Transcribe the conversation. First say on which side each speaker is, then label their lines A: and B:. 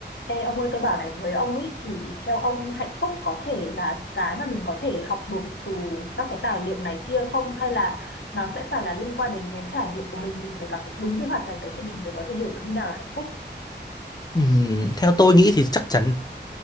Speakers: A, on the left; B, on the left.
A: Ê, ông ơi tôi bảo này với ông ấy thì theo ông hạnh phúc có thể là cái mà mình có thể học được từ các cái tài liệu này kia không hay là nó sẽ phải là liên quan đến cái trải nghiệm của mình mình phải gặp được đúng cái hoàn cảnh đấy thì mình mới có thể hiểu được như nào là hạnh phúc
B: Ừm, theo tôi nghĩ thì chắc chắn